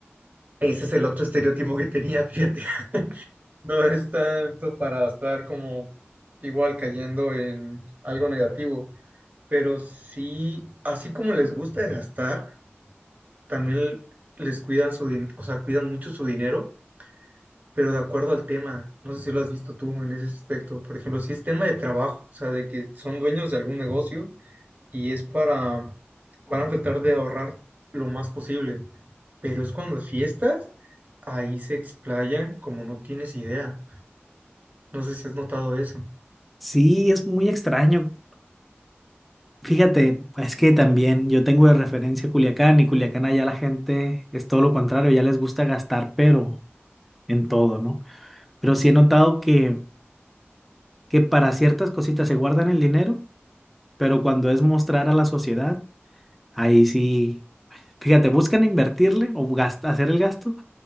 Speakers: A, on the right; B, in the centre.
A: Ese es el otro estereotipo que tenía, <laughs> fíjate. No es tanto para estar como igual cayendo en algo negativo, pero sí, así como les gusta gastar, también les cuidan su dinero, o sea, cuidan mucho su dinero pero de acuerdo al tema. No sé si lo has visto tú en ese aspecto. Por ejemplo, si es tema de trabajo, o sea, de que son dueños de algún negocio y es para, van a tratar de ahorrar lo más posible, pero es cuando es fiestas, ahí se explayan como no tienes idea. No sé si has notado eso.
B: Sí, es muy extraño Fíjate, es que también yo tengo de referencia Culiacán y Culiacán allá la gente es todo lo contrario, ya les gusta gastar, pero en todo, ¿no? Pero sí he notado que, que para ciertas cositas se guardan el dinero, pero cuando es mostrar a la sociedad, ahí sí, fíjate, buscan invertirle o gast- hacer el gasto,